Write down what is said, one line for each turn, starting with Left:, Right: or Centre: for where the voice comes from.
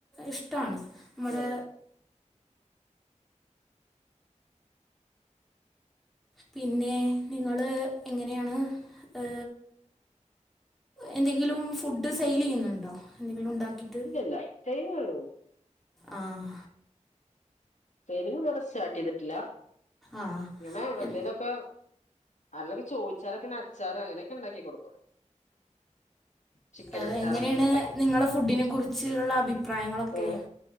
Centre: ഇഷ്ടാണ് നമ്മുടെ
Left: ആഹ്
Centre: പിന്നെ നിങ്ങള് എങ്ങനെയാണ് ആ എന്തെങ്കിലും ഫുഡ്ഡ് സെയിലെയ്യുന്നുണ്ടോ എന്തെങ്കിലുണ്ടാക്കീട്ട്
Left: ഇല്ല സെയിലൊ
Centre: ആഹ്
Left: ട്രെയിനിങ് വേറെ സ്റ്റാർട്യ്തട്ടില്ല
Centre: ആഹ്
Left: ഇങ്ങനെ എന്തേലോക്കെ
Centre: എൻ
Left: അല്ലെങ്കി ചോയിച്ചാലോക്കെ അച്ചാറ് അങ്ങനേക്കെ ഇണ്ടാക്കി കൊടുക്കും ചിക്കൻ
Centre: ആഹ്
Left: അച്ചാറൊക്കെങ്ങനെ
Centre: എങ്ങനെയാണ്
Left: ഉണ്ടാക്കി കൊടുക്കും
Centre: നിങ്ങളെ ഫുഡ്ഢിനെ കുറിച്ച്ള്ള അഭിപ്രായങ്ങളൊക്കെ
Left: ഏഹ്